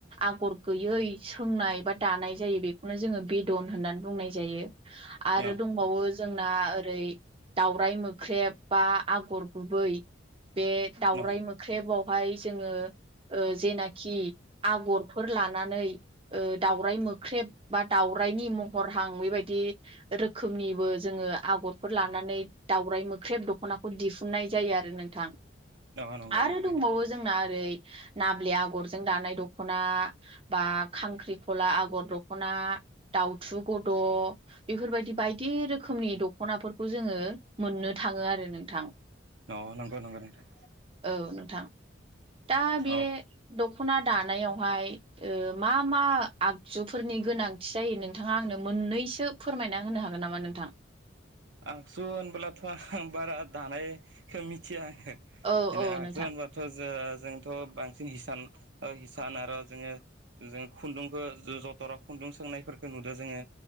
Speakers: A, on the right (about 30°); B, on the right (about 65°).
A: आगर गैयै सोंनाय बा दानाय जायो बेखौनो जोङो बेदन होननानै बुंनाय जायो आरो
B: अ
A: दंबावो जोंना ओरै दावराइ मोख्रेब बा आगर गुबै बे दाावरायाइ
B: अ
A: मोख्रेबावहाय जोङो ओ जेनाखि आगरफोर लानानै लानानै दाउराय मोख्रेब बा दाउरायनि महर हां बेबायदि रोखोमनिबो जोङो आगरफोर लानानै दावराइ मोख्रेब दख'नाखौ दिहुन खुननाय जायो आरो नोंथां
B: अ नंगौ
A: आरो
B: नंगौ नोंथां
A: दंबावो जोंना ओरै नाब्ले आगरजों दानाय दख'ना बा खांख्रिखला आगर दख'ना दउथु गद' बेफोरबायदि बायदि रोखोमनि दख'नाफोरखौ जोङो मोननो थाङो आरो नोंथां
B: अ नोंगौ नोंगौ नोंथां
A: औ नोंथां दा बे
B: अ
A: दख'ना दानायावहाय मा मा आगजुफोरनि गोनांथि जायो नोंथाङा आंनो मोननैसो फोरमायना होनो हागोन नामा नोंथां
B: आगजु होनबोलाथ' आं बारा दानायखौ मिथिया
A: औ
B: आङो
A: औ
B: आगजु
A: नोंथां
B: होनब' ' ज जोंथ' बांसिन हिसान हिसान आरो' जोङो जोङो खुन्दुंखौ जथरा खुन्दुं सोंनायफोरखौ नुदो जोङो